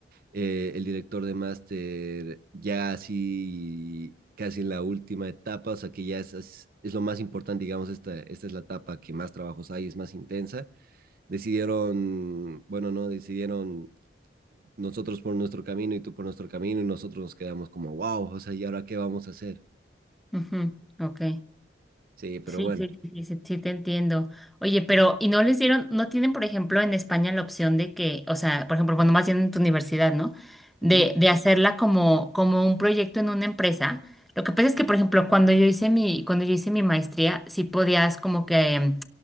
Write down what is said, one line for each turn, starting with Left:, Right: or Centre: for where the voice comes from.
Right: eh, el director de máster ya así, casi en la última etapa, o sea que ya es, es, es lo más importante, digamos, esta, esta es la etapa que más trabajos hay, es más intensa, decidieron, bueno, no, decidieron nosotros por nuestro camino y tú por nuestro camino y nosotros nos quedamos como, wow, o sea, ¿y ahora qué vamos a hacer?
Centre: Ujú, Ok.
Right: Sí, pero
Centre: Sí,
Right: bueno.
Centre: sí, sí, sí, sí, sí te entiendo. Oye, pero, ¿y no les dieron, no tienen, por ejemplo, en España la opción de que, o sea, por ejemplo, cuando más bien en tu universidad, ¿no? De,
Right: Ujú,
Centre: de hacerla como, como un proyecto en una empresa. Lo que pasa es que, por ejemplo, cuando yo hice mi, cuando yo hice mi maestría, sí podías como que, mm,